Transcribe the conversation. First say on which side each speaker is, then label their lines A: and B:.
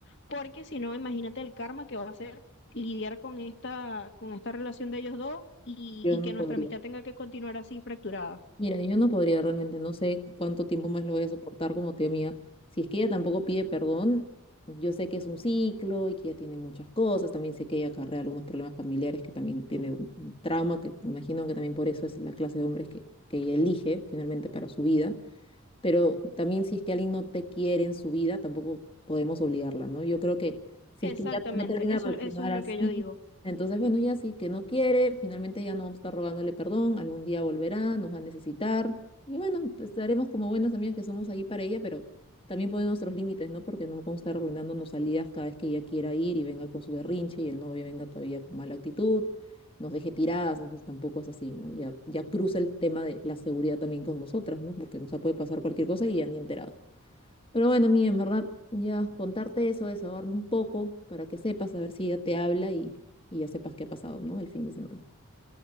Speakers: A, on the left; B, on the left.
A: porque si no, imagínate el karma que va a ser lidiar con esta, con esta relación de ellos dos y,
B: Yo
A: y
B: no
A: que nuestra
B: podría.
A: amistad tenga que continuar así fracturada.
B: Mira, yo no podría realmente, no sé cuánto tiempo más lo voy a soportar como tía mía. Si es que ella tampoco pide perdón, yo sé que es un ciclo y que ella tiene muchas cosas, también sé que ella acarrea algunos problemas familiares, que también tiene un un trauma, que imagino que también por eso es la clase de hombres que, que ella elige finalmente para su vida pero también si es que alguien no te quiere en su vida, tampoco podemos obligarla, ¿no? Yo creo que si
A: Exactamente,
B: es que ya no termina
A: eso,
B: de reaccionar
A: eso es
B: así,
A: lo que yo digo.
B: entonces, bueno, ya sí, que no quiere, finalmente ya no vamos a estar rogándole perdón, algún día volverá, nos va a necesitar, y bueno, estaremos como buenas amigas que somos ahí para ella, pero también poner nuestros límites, ¿no? Porque no podemos estar arruinándonos salidas cada vez que ella quiera ir y venga con su berrinche y el novio venga todavía con mala actitud nos deje tiradas, entonces tampoco es así, ¿no? Ya, ya cruza el tema de la seguridad también con nosotras, ¿no? Porque nos puede pasar cualquier cosa y ya ni enterado. Pero bueno, mí en verdad, ya contarte eso, desahogarme un poco para que sepas, a ver si ya te habla y, y ya sepas qué ha pasado, ¿no? El fin de semana.